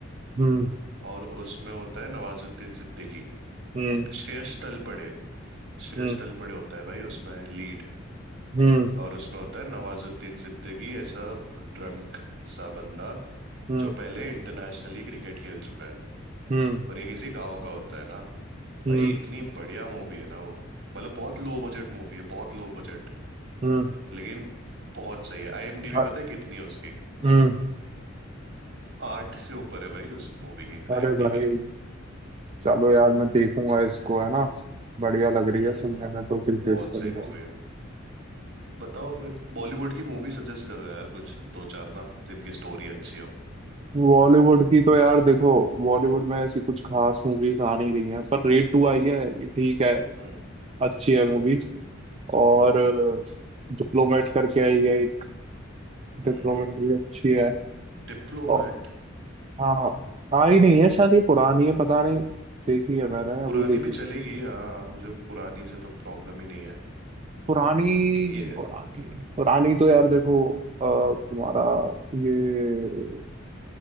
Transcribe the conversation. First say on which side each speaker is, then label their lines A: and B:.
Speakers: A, on the right; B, on the right.
A: हम्म
B: और उसमें होता है नवाजुद्दीन सिद्दीकी
A: हम्म
B: श्रेयस तलपड़े श्रेयस
A: हम्म
B: तलपड़े होता है भाई उसमें लीड
A: हम्म
B: और उसमें होता है नवाजुद्दीन सिद्दीकी ऐसा ड्रंक सा बंदा
A: हम्म
B: जो पहले इंटरनेशनली क्रिकेट खेल चुका है
A: हम्म
B: और ये किसी गांव का होता है ना
A: हम्म
B: भाई इतनी बढ़िया मूवी है ना वो मतलब बहुत लो बजट मूवी है बहुत लो बजट
A: हम्म
B: लेकिन बहुत सही है आईएमडीबी
A: अ-
B: पता है कितनी है उसकी
A: हम्म।
B: आठ से ऊपर है भाई उस मूवी की आईएमडीबी
A: अरे भाई चलो यार मैं देखूंगा इसको है ना बढ़िया लग रही
B: हम्म
A: है सुनने में तो क्रिकेट
B: बहुत
A: से
B: सही मूवी है बताओ फिर बॉलीवुड की मूवी सजेस्ट करो यार कुछ दो चार ना जिनकी स्टोरी अच्छी हो
A: बॉलीवुड की तो यार देखो बॉलीवुड में ऐसी कुछ खास मूवीज आ नहीं रही हैं पर रेड टू आई है ये ठीक है
B: हम्म
A: अच्छी है मूवी और
B: हम्म
A: डिप्लोमेट करके आई है एक डिप्लोमेट
B: हम्म
A: भी अच्छी है
B: डिप्लोमेट
A: और हाँ आई नहीं है शायद ये पुरानी है पता नहीं देखी है मैंने अभी
B: पुरानी
A: देखी
B: भी चलेगी
A: थी
B: हाँ मुझे पुरानी से तो प्रॉब्लम ही नहीं है
A: पुरानी
B: ये
A: पुरानी पुरानी तो यार देखो अ, तुम्हारा ये